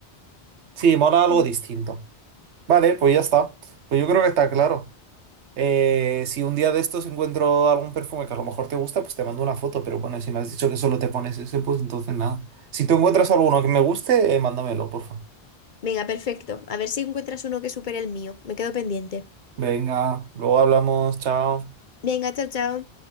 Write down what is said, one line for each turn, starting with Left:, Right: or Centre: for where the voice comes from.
Right: Sí, mola algo
Left: Mm.
Right: distinto. Vale, pues ya está. Pues yo creo que está claro. Eh, si un día de estos encuentro algún perfume que a lo mejor te gusta, pues te mando una foto. Pero bueno, si me has dicho que solo te pones ese, pues entonces nada. Si tú encuentras alguno que me guste, eh, mándamelo, porfa.
Left: Venga, perfecto. A ver si encuentras uno que supere el mío. Me quedo pendiente.
Right: Venga, luego hablamos, chao.
Left: Venga, chao, chao.